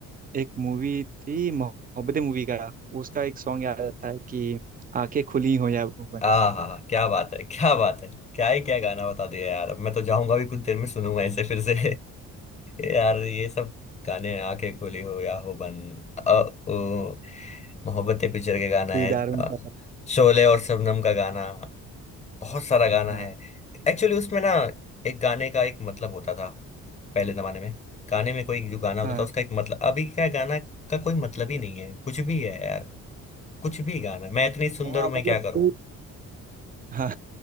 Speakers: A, on the right; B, on the left.
A: एक मूवी थी मोहब्बतें मूवी का उसका एक सॉन्ग याद आता है कि आंखें खुली हो या वो बंद
B: हाँ हाँ क्या बात है क्या बात है क्या ही क्या गाना बता दिया यार अब मैं तो जाऊंगा भी कुछ देर में सुनूंगा इसे फिर से <laughs> यार ये सब गाने आके खुली हो या हो बन अ, ओ, मोहब्बतें पिक्चर के गाना
A: दीदार
B: है
A: उनका
B: अ, शोले और शबनम का गाना बहुत सारा गाना
A: हाँ
B: है एक्चुअली उसमें ना एक गाने का एक मतलब होता था पहले जमाने में गाने में कोई जो गाना होता
A: हाँ
B: था उसका एक मतलब अभी क्या गाना का कोई मतलब ही नहीं है कुछ भी है यार कुछ भी गाना मैं इतनी सुंदर
A: हाँ
B: हूं मैं
A: मतलब
B: क्या करूं
A: कोई हाँ